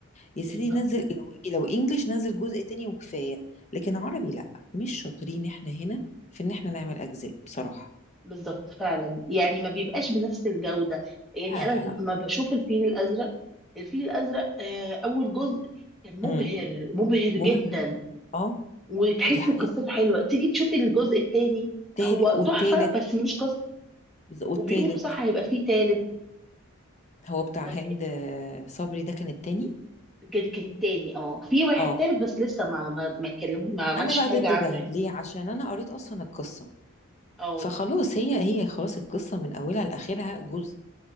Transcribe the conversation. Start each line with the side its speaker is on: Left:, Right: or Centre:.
Left: يا
Centre: بالظبط
Left: سيدي نزل لو إيه، لو إنجليش نزل جزء تاني وكفاية لكن عربي لأ مش شاطرين إحنا هنا في إن إحنا نعمل أجزاء بصراحة
Centre: بالظبط فعلا يعني ما بيبقاش بنفس الجودة يعني
Left: لا
Centre: انا
Left: لا لا
Centre: ما بشوف الفيل الازرق الفيل الازرق آه، اول جزء كان مبهر
Left: امم
Centre: مبهر
Left: ممل
Centre: جدا
Left: أه
Centre: وتحس
Left: دي حقيقة
Centre: قصته حلوة تيجي تشوفي الجزء الثاني
Left: تال-
Centre: هو
Left: والتالت
Centre: تحفة بس ملوش قصة
Left: والتالت
Centre: وبيقولوا صح هيبقى فيه تالت
Left: هو بتاع
Centre: طب
Left: هند آه، صبري ده كان التاني
Centre: كان كان التاني اه في واحد
Left: اه
Centre: تالت بس لسه ما ما ما اتكلموا ما عملش
Left: انا بقى
Centre: حاجة
Left: ضد
Centre: عنه
Left: ده
Centre: يعني
Left: ليه عشان انا قريت اصلا القصه
Centre: اه
Left: فخلاص هي هي خلاص القصه من اولها لاخرها جزء